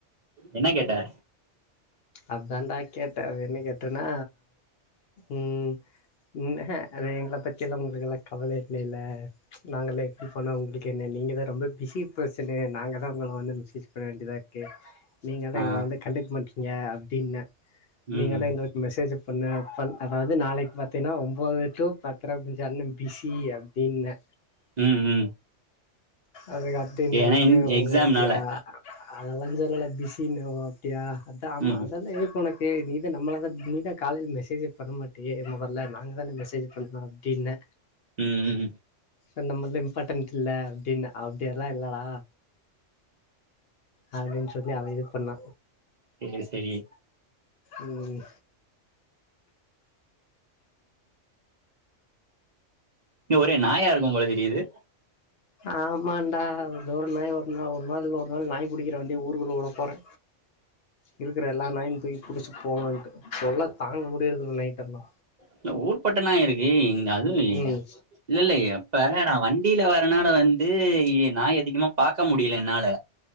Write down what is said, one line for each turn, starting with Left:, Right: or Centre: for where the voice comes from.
Right: என்னா கேட்ட
Left: அதான்டா கேட்ட அ என்ன கேட்டேன்னா ம் ம் அ அது எங்கள பத்தியெல்லா உங்களுக்கெல்லா கவல இல்லலே நாங்களே இப்பனா உங்களுக்கு என்ன நீங்க தா ரொம்ப பிஸி பெர்சனு நாங்க தா உங்கள வந்து மெசேஜ் பண்ண வேண்டியதா இருக்கு நீங்கதா
Right: ஆ
Left: எங்கள வந்து கண்டுக்க மாட் டிங்க அப்டின்ன
Right: ம்
Left: நீங்க தா எங்க மெசேஜ் பண்ண பண் அதாவுது நாளைக்கு பாத்தீன்னா ஒ ம்போது டூ பத்ர கொஞ்சோ அண்ண பிஸி அப்டின்ன
Right: ம் ம்
Left: அதுக்கு அப்டினதுக்கு
Right: ஏன்னா
Left: ஓ
Right: எக்ஸாம்னால
Left: அப்டியா அ அதெல்லா சொல்லல பிசின்னு ஓகேயா அதா ஆமா
Right: ம்
Left: அதெல்லா எதுக்கு ஒனக் சேரி நீதா நம்மளதா நீதா காலையில மெசேஜே பண்ண மாட்டியே மொதல்ல நாங்கதான மெசேஜ் பண்ணிணோ அப்டின்ன
Right: ம் ம்
Left: ச நம்மளா இம்பாட்டன்ட்ஸ் இல்ல அப்டின்னா அப்டியெல்லா இல்லடா அப்டின்னு சொல்லி அவ இது பண்ணா
Right: சேரி சேரி
Left: ம்
Right: இங்க ஒரே நாயா இருக்கும் போல தெரியுது
Left: ஆமாண்டா ஒரு ஒரு நாயா ஒரு நாள் ஒரு நாளில்ல ஒரு நாள் நாய் புடிக்குற வண்டிய ஊருக்குள்ள வுட போறே இருக்குற எல்லா நாயு தூக்கி புடிச்சு போவன்ட்டு தொல்ல தாங்க முடியற்தில்ல நைட்டல்லா
Right: இல்ல ஊர்பட்ட நாய் இருக்கு இங்க அதுவு
Left: ம் ம்
Right: இல்ல இல்ல எப்ப நா வண்டியில வரனால வந்து இ நாய் அதிகமா பாக்க முடியில என்னால